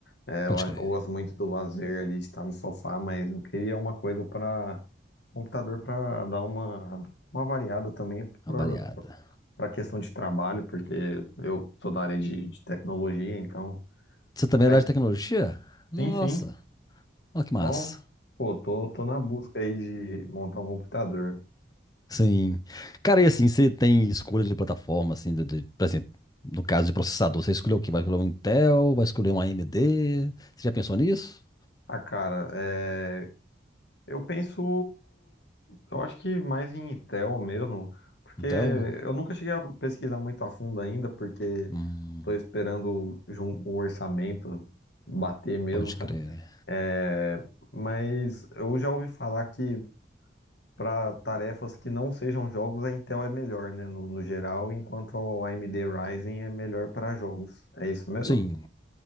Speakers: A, on the left; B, on the left.
A: É,
B: pode
A: eu, a-
B: crer.
A: eu gosto muito do lazer ali, de estar no sofá, mas eu queria uma coisa para computador para dar uma, uma variada também para
B: Avariada.
A: a questão de trabalho, porque eu sou da área de, de tecnologia, então
B: Você também
A: faz.
B: é da área de tecnologia? Nossa,
A: Sim, sim.
B: olha que massa.
A: Então, pô, tô, tô na busca aí de montar um computador.
B: Sim. Cara, e assim, você tem escolha de plataforma, assim, de- de- por exemplo, no caso de processador, você escolheu o quê? Vai escolher um Intel? Vai escolher um AMD? Você já pensou nisso?
A: Ah, cara, é, eu penso, eu acho que mais em Intel mesmo, porque
B: Intel?
A: eu nunca cheguei a pesquisar muito a fundo ainda, porque
B: Hum,
A: estou esperando jun- o orçamento bater mesmo,
B: pode
A: sabe?
B: crer.
A: É, mas eu já ouvi falar que para tarefas que não sejam jogos, a Intel é melhor, né, no, no geral, enquanto a AMD Ryzen é melhor para jogos. É isso mesmo?
B: Sim.